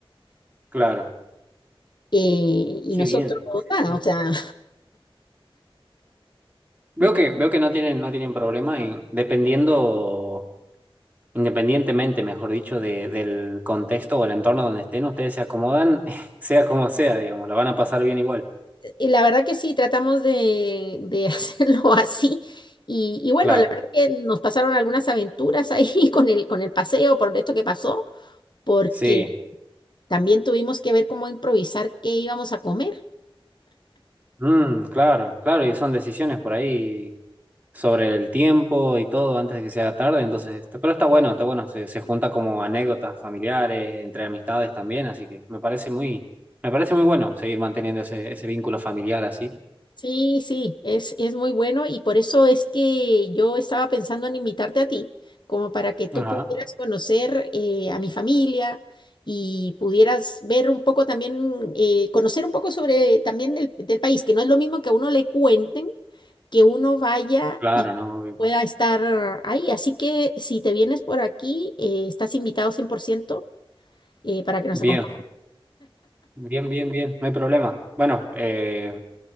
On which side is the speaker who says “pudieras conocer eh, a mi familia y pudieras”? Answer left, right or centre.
Left